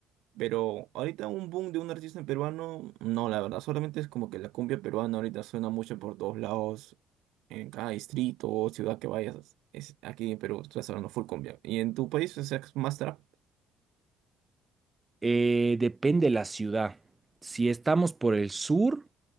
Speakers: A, on the right; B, on the right.
A: Pero ahorita un boom de un artista en peruano, no, la verdad, solamente es como que la cumbia peruana ahorita suena mucho por todos lados, en cada distrito o ciudad que vayas, es aquí en Perú estás hablando full cumbia. ¿Y en tu país o sea, es ex- más trap?
B: Eh, depende la ciudad. Si estamos por el sur.